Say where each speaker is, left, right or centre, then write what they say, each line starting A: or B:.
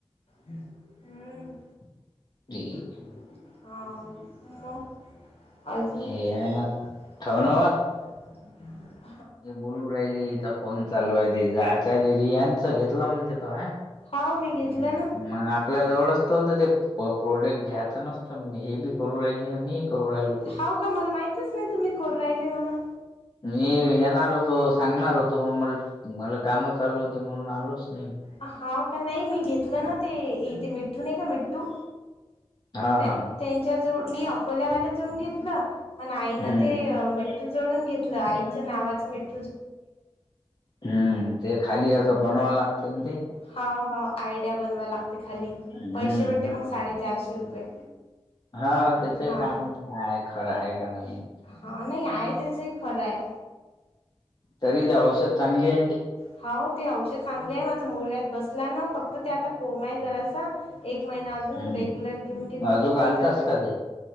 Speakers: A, on the left (about 65°); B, on the left (about 40°).
A: हम्म.
B: <unintelligible>
A: हो, मगं.
B: हे आहे ना
A: आजुन
B: ठेव ना बोलू राहिलचा फोन चालू आहे त जायचा ते रियाच घेतला म्हणते तो हा
A: होा मी घेतलं ना
B: मग आपल्या जवळचत होत ते प्रोडक्ट घ्यायचं नसतं हे बी करू राहिल मी करू राहिलो त्याच्या
A: हाव का मला माहितच नाही तुम्ही कोर राहिले म्हणून
B: मी येणार होतो सांगणार होतो म मला काम चालू होती म्हणून आलोच नाही
A: हा का नाही मी घेतलं ना ते इथे मिठठू नाही का मिठठू
B: हा
A: त्यांच्या
B: हा हा
A: जवळ मी खोल्यावाला जळून घेतलं मण आईनं
B: हम्म.
A: ते मिठू जोडून घेतलं आईच्या
B: नाही
A: नावाचं मिठू
B: हम्म ते खाली असं बनवा लागते ते
A: हा हा आयडिया बनवा लागते
B: हम्म
A: खाली पैसे
B: हम्म.
A: भेटते मग साडेचारशे रुपये
B: हा त्याच
A: हा
B: कामच का आहे खरं आहे का नाही
A: हा नाही आहे त्याचही खरं आहे
B: तरी ते औषध चांगली अी
A: हा ते औषध चांगलेय माझा मुळग्यात बसला ना फक्त तर ते आता कोम आहे जरासा एक महिना अजून
B: हम्म
A: रेग्युलर घेऊन घेतले
B: अजूक
A: क होऊन
B: आलतास
A: जाते
B: का ते